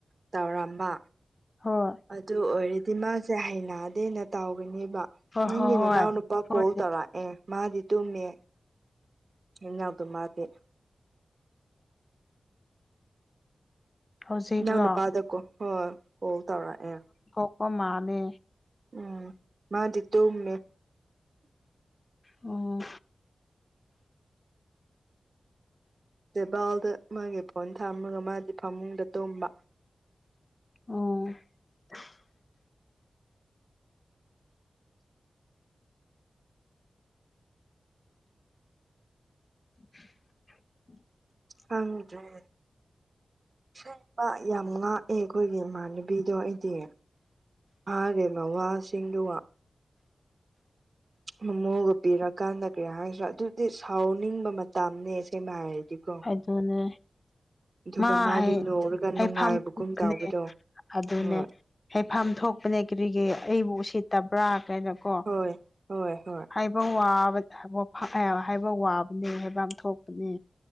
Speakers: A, on the right (about 50°); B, on the left (about 35°).
A: ꯇꯧꯔꯝꯕ
B: ꯍꯣꯏ
A: ꯑꯗꯨ ꯑꯣꯏꯔꯗꯤ ꯃꯥꯁꯦ ꯍꯩꯅꯗꯦꯅ ꯇꯧꯒꯅꯤꯕ
B: ꯍꯣꯏ
A: ꯅꯪꯒꯤ
B: ꯍꯣꯏ
A: ꯅꯅꯥꯎꯅꯨꯄꯥ
B: ꯍꯣꯏ
A: ꯀꯣꯜ
B: ꯍꯣꯏ
A: ꯇꯧꯔꯛꯑꯦ ꯃꯥꯗꯤ ꯇꯨꯝꯃꯦ <unintelligible>
B: ꯍꯧꯖꯤꯛꯂꯣ
A: ꯏꯅꯥꯎ ꯅꯨꯄꯥꯗꯀꯣꯈꯣ ꯀꯣꯜ ꯇꯧꯔꯛꯑꯦ
B: ꯀꯣꯛꯄ ꯃꯥꯜꯂꯦ
A: ꯎꯝ ꯃꯥꯗꯤ ꯇꯨꯝꯃꯦ
B: ꯑꯣ
A: ꯇꯦꯕꯥꯜꯗ ꯃꯥꯒꯤ ꯐꯣꯟ ꯊꯥꯝꯃꯒ ꯃꯥꯗꯤ ꯐꯃꯨꯡꯗ ꯇꯨꯝꯕ
B: ꯑꯣ <inaudible>
A: ꯈꯪꯗ꯭ꯔꯦ ꯏꯁꯦꯡꯕ ꯌꯥꯝ ꯉꯥꯛꯑꯦ ꯑꯩꯈꯣꯏꯒꯤ ꯏꯃꯥꯟꯅꯕꯤ ꯕꯤꯗꯣ ꯑꯩꯗꯤ ꯃꯥꯒꯤ ꯃꯋꯥꯁꯤꯡꯗꯨꯒ ꯃꯣꯃꯣꯒ ꯄꯤꯔꯀꯥꯟꯗ ꯀꯔꯤ ꯍꯥꯏꯔꯁꯤ꯭ꯔꯥ ꯑꯗꯨꯗꯤ ꯁꯥꯎꯅꯤꯡꯕ ꯃꯇꯝꯅꯦ ꯑꯁꯦꯡꯕ ꯍꯥꯏꯔꯗꯤꯀꯣ
B: ꯑꯗꯨꯅꯦ
A: ꯑꯗꯨꯒ
B: ꯃꯥ
A: ꯃꯥꯗꯤ
B: ꯍꯩ
A: ꯅꯣꯛꯔꯒ
B: ꯍꯩꯐꯝ
A: ꯅꯨꯡꯉꯥꯏꯕꯒꯨꯝ
B: <unintelligible>
A: ꯇꯧꯕꯗꯣ
B: ꯑꯗꯨꯅꯦ
A: ꯍꯣꯏ
B: ꯍꯥꯏꯐꯝ ꯊꯣꯛꯄꯅꯦ ꯀꯔꯤꯒꯤ ꯑꯩꯕꯨ ꯎꯁꯤꯠꯇꯕ꯭ꯔꯥ ꯀꯥꯏꯅꯀꯣ
A: ꯍꯣꯏ ꯍꯣꯏ ꯍꯣꯏ
B: ꯍꯥꯏꯕ ꯋꯥꯕ ꯍꯥꯏꯕ ꯋꯥꯕꯅꯦ ꯍꯥꯏꯕ ꯑꯃ ꯊꯣꯛꯄꯅꯦ